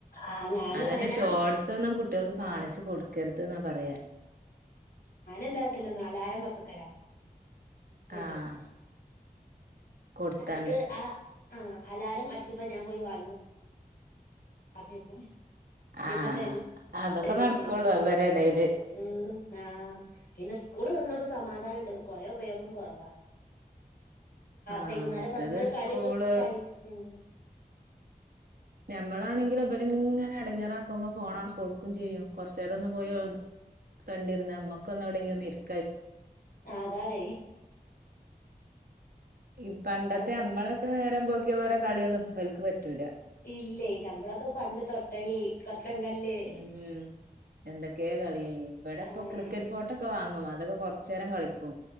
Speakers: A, on the left; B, on the right.
A: ആ ഞാനും
B: അതന്നെ
A: അങ്ങനെ ഞാൻ
B: ഷോർട്സ് ഒന്നും കുട്ടികൾക്ക് കാണിച്ചു
A: ആഹ
B: കൊടുക്കരുത് എന്നാ പറയാ
A: എന്തായിട്ടല്ലോ നാലരം രാ <unintelligible> വച്ചേക്കും
B: ആഹ് കൊടുത്താണ്ട്
A: അത് ആ ആ അലാറം അടിച്ചപ്പോ ഞാൻ പോയി വാ അതിയക്കും പിന്നത്
B: ആഹ് അതൊക്കെ
A: തരും
B: നടക്കുള്ളൂ
A: ചെയ്യും
B: അവരെ ഇടയില്
A: ഉ ആഹ പിന്നെ സ്കൂള് വന്നോണ്ട് സമാധാനം കൊറേ ഉപയോഗം കുറവാ
B: ആഹ്
A: വൈകുന്നേരം
B: മറ്റേത്
A: വന്ന് കളിയൊക്കെക്കായി
B: സ്കൂള്
A: ഉ-
B: ഞമ്മളാണെങ്കിലിൽലും ഇങ്ങനെ അടങ്ങിയാറാക്കുമ്പോ ഫോണ ആണ് കൊടുക്കും ചെയ്യും കുറച്ച നേരം ഒന്ന് പോയി കണ്ടിര നമ്മുക്കൊന്ന് എവിടെങ്കിൽ ഒന്ന ഇ
A: ആ അതാണ്
B: ഈ പണ്ടത്തെ
A: പ്ര
B: നമ്മളൊക്കെ നേരം പോക്കിയ പോലെ കളിയൊന്ന ഇവർക്ക് പറ്റൂല
A: ഇല്ലേ നഞമ്മളൊക്കെ പണ്ട് തൊട്ടളി കൊത്തങ്കല്ല്
B: ഉം എന്തൊക്ക കേ കളിയ ഇവിടെ ഇപ്പോൊ
A: ആഹ്
B: ക്രിക്കറ്റ് ഫോട്ടോൊക്കെ വാങ്ങ അതൊക്കെ കുറച്ചു നേരം കളിക്കും